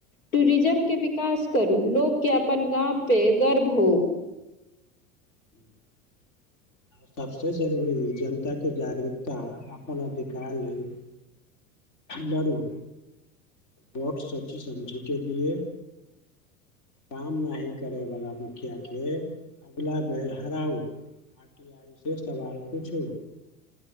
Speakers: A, on the left; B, on the left.
A: टूरिज्मके विकास करू, लोक के अपन गाम पे गर्व होउ
B: <inaudible> आ सबसे जरुरी जनता के जागरूकता अपन अधिकार लेल लडू वोट सोची समझी के दिये काम नाही करे बाला मुखिया के अगला बेर हराउ आर टी आई से सवाल पूछू